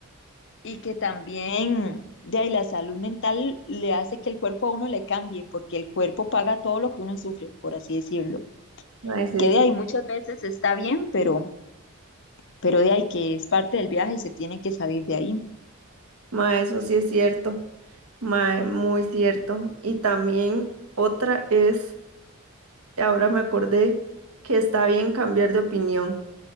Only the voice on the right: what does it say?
mae,
sí,
sí.
Mae, eso sí es cierto. Mae, muy cierto. Y también otra es, ahora me acordé que está bien cambiar de opinión.